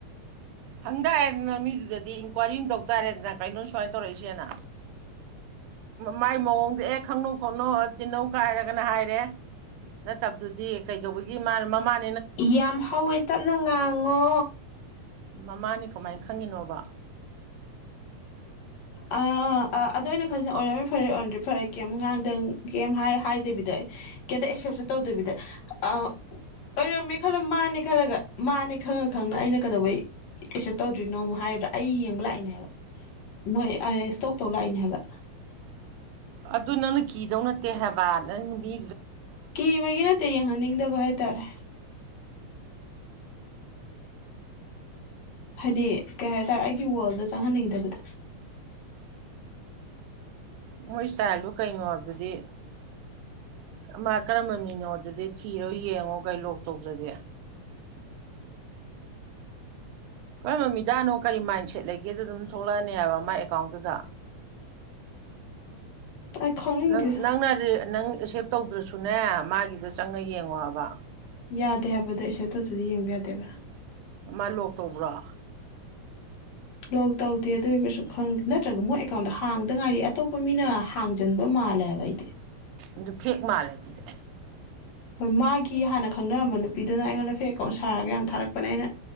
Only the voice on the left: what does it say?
ꯌꯥꯝ ꯍꯧꯋꯦ ꯇꯞꯅ ꯉꯥꯡꯉꯣ
ꯑ ꯑꯗꯨꯗ ꯑꯣꯏꯅ ꯈꯜꯦ ꯑꯣꯏꯔꯝꯃꯦ ꯐꯔꯦ ꯑꯣꯏꯔꯝꯗ꯭ꯔꯦ ꯐꯔꯦ ꯀꯩꯝ ꯉꯥꯡꯗꯪ ꯀꯩꯝ ꯍꯥꯏꯗꯕꯤꯗ ꯀꯩꯝꯇ ꯑꯦꯛꯁꯦꯞꯇ ꯇꯧꯗꯕꯤꯗ ꯑꯣꯏꯔꯝꯃꯦ ꯈꯜꯂ ꯃꯥꯅꯦ ꯈꯜꯂꯒ ꯃꯥꯅꯦ ꯈꯪꯉ ꯈꯪꯅ ꯑꯩꯅ ꯀꯩꯗꯧꯕꯩ ꯑꯦꯛꯁꯦꯞ ꯇꯧꯗ꯭ꯔꯤꯅꯣꯃ ꯍꯥꯏꯔꯗ꯭ꯔꯥ ꯑꯩ ꯌꯦꯡꯕ ꯂꯥꯛꯏꯅꯦ ꯍꯥꯏꯕ ꯃꯣꯏ ꯏꯁꯇꯣꯛ ꯇꯧ ꯂꯥꯛꯏꯅꯦ ꯍꯥꯏꯕ
ꯀꯤꯕꯒꯤ ꯅꯠꯇꯦ ꯌꯦꯡꯍꯟꯅꯤꯡꯗꯕ ꯍꯥꯏꯇꯥꯔꯦ ꯍꯥꯏꯗꯤ ꯀꯩ ꯍꯥꯏꯇꯥꯥꯔꯦ ꯑꯩꯒꯤ ꯋꯥꯔꯜꯗ ꯆꯪꯍꯟꯅꯤꯡꯗꯕꯗꯣ
ꯑꯩ ꯈꯪꯅꯤꯡꯗꯦꯗ
ꯌꯥꯗꯦ ꯍꯥꯏꯕꯗꯣ ꯑꯩꯁꯦ ꯑꯇꯗꯗꯤ ꯌꯦꯡꯕ ꯌꯥꯗꯦꯕ
ꯂꯣꯛ ꯇꯧꯗꯦ ꯑꯗꯨ ꯑꯣꯏꯔꯒꯁꯨ ꯈꯪꯗꯦ ꯅꯠꯇ꯭ꯔꯒ ꯃꯣꯏ ꯑꯦꯀꯥꯎꯟꯗ ꯍꯥꯡꯗ ꯉꯥꯏꯔꯤ ꯑꯇꯣꯞꯄ ꯃꯤꯅ ꯍꯥꯡꯖꯟꯕ ꯃꯥꯜꯂꯦ ꯍꯥꯏꯕ ꯑꯩꯗꯤ
ꯍꯣꯏ ꯃꯥꯒꯤ ꯍꯥꯟꯅ ꯈꯪꯅꯔꯝꯕ ꯅꯨꯄꯤꯗꯨꯅ ꯑꯩꯉꯣꯟꯗ ꯐꯦꯛꯀꯥꯎꯟ ꯁꯥꯔꯒ ꯌꯥꯝ ꯊꯥꯔꯛꯄꯅꯦ ꯑꯩꯅ